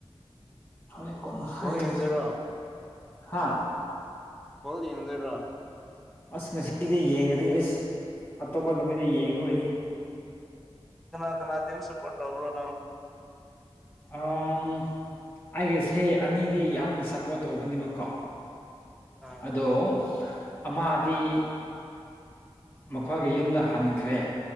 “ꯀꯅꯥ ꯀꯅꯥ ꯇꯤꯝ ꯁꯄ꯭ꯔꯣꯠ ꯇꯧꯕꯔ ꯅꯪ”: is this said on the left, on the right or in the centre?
Centre